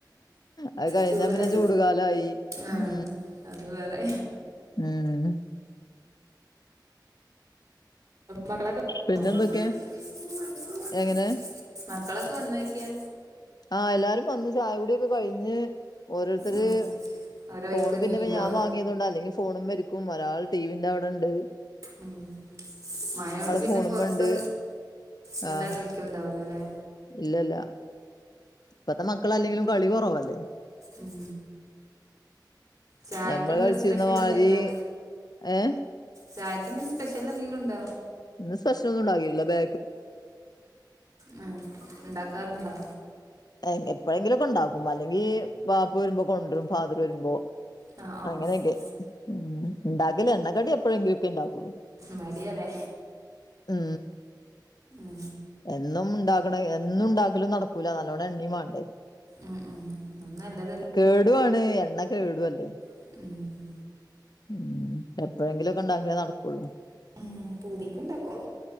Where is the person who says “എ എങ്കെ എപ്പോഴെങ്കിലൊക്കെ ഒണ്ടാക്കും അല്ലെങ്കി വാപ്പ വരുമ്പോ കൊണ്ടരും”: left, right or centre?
Left